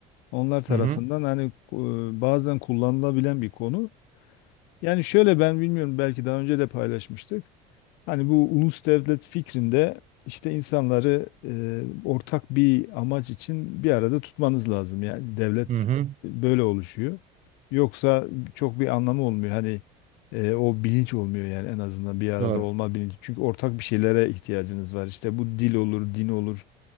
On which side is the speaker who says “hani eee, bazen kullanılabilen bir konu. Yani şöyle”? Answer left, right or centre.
Left